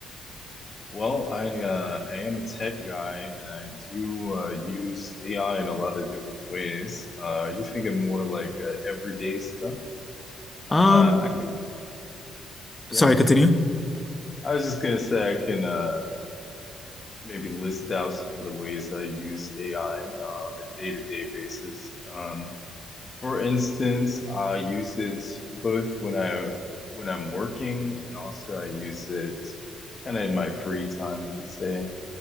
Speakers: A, on the left; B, on the left.
A: Well, I uh, I am a tech guy and I do uh, use AI in a lot of different ways. Uh, you thinking more like uh, everyday stuff?
B: Um,
A: Uh, I can, yeah.
B: Sorry, continue.
A: I was just gonna say I can uh, maybe list out some of the ways I use AI on a day-to-day basis. Um, for instance, I use it both when I when I'm working and also I use it kind of in my free time, you could say.